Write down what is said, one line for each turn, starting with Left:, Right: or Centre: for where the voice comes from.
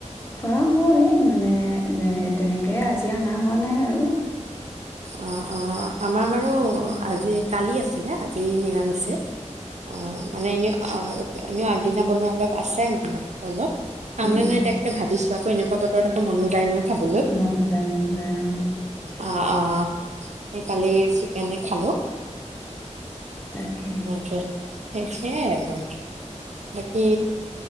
Left: খোৱা হয় মানে সেই তেনেকে আজি আনা হোৱা নাই আৰু
Right: অ, অ আমাৰ বাৰু আজি কালি আছিলে আজি নিৰামিষে অ মানে এনে অ এনেও আগদিনা বনোৱা অলপ আছে মাংস, অলপ খাওনে
Left: উম উম
Right: নাই তাকে ভাবিছো আকৌ এনেকুৱা বতৰত আকৌ মনো যায় নহয় খাবলৈ
Left: মন যায়, মন যায় অ
Right: অ অ সেই কালি চিক কেনে খালো
Left: তাকে-
Right: তাৰপিছত সেয়াই আৰু বাকী